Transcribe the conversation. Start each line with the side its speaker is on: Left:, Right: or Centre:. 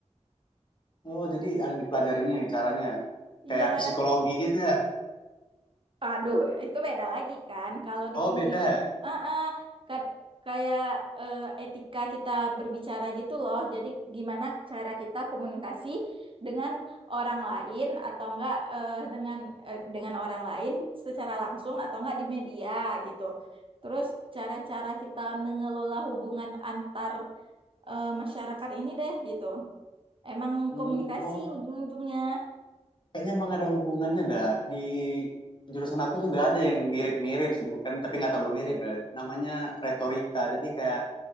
Left: Oh jadi ada dipelajarinya ya caranya. ya.
Right: Iya.
Left: Kayak psikologi gitu ya.
Right: Aduh, itu beda lagi kan. Kalau di
Left: Oh
Right: komunik,
Left: beda ya.
Right: ah ah, ka- kayak eh, etika kita berbicara gitu loh. Jadi gimana cara kita komunikasi dengan orang lain atau enggak eh, dengan eh, dengan orang lain secara langsung atau enggak di media gitu. Terus cara-cara kita mengelola hubungan antar eh, masyarakat ini deh gitu. Emang
Left: Hmm,
Right: komunikasi
Left: oh
Right: ujung-ujungnya.
Left: Kayaknya emang ada hubungannya dah. Di jurusan aku juga ada yang mirip-mirip sih, bukan tapi nggak terlalu mirip ya. Namanya retorika. Jadi kayak